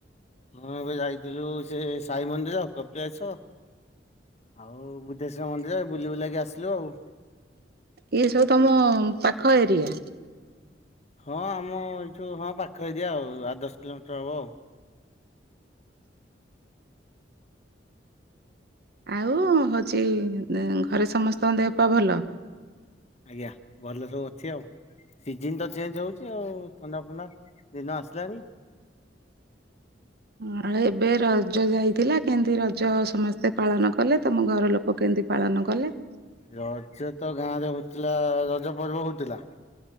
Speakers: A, on the left; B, on the right.
A: ହଣ ଏବେ ଯାଇଥିଲୁ ସେ ସାଇ ମନ୍ଦିର, କପିଳାସ। ଆଉ ବୁଦ୍ଧେଶ୍ୱର ମନ୍ଦିର ବୁଲି ବୁଲାକି ଆସିଲୁ ଆଉ।
B: ଇଏ ସବୁ ତମ ପାଖ ଏରିଆ।
A: ହଁ ଆମ ଏଠୁ ହଁ ପାଖ ଏରିଆ ଆଉ ଆ ଦଶ କିଲୋମିଟର ହବ ଆଉ।
B: ଆଉ ହଉଚି ଘରେ ସମସ୍ତଙ୍କ ଦେହ ପା ଭଲ।
A: ଆଜ୍ଞା ଭଲ ସବୁ ଅଛି ଆଉ। ସିଜନ୍ ତ ଚେଞ୍ଜ ହଉଚି ଆଉ ଥଣ୍ଡା ଫଣ୍ଡା ଦିନ ଆସିଲାଣି।
B: ହ ଆଉ ଏବେ ରଜ ଯାଇଥିଲା କେମତି ରଜ ସମସ୍ତେ ପାଳନ କଲେ ତମ ଘର ଲୋକ କେମିତି ପାଳନ କଲେ।
A: ରଜ ତ ଗାଁରେ ହଉଥିଲା ରଜ ପର୍ବ ହଉଥିଲା।